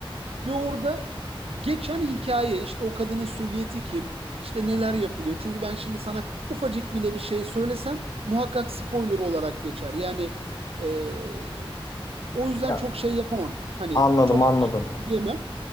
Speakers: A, on the right; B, on the left.
A: Ve orada geçen hikaye işte o kadının süliyeti kim? işte neler yapılıyor? Çünkü ben şimdi sana ufacık bile bir şey söylesem muhakkak spoiler olarak geçer. Yani eee, o yüzden
B: Ya,
A: çok şey yapamam. Hani
B: anladım
A: çok
B: anladım.
A: söyleyemem.